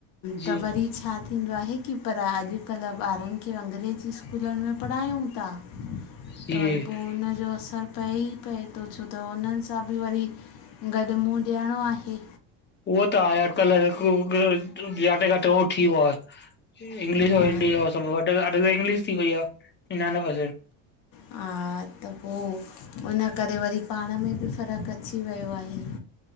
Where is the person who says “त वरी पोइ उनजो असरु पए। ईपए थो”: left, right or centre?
Left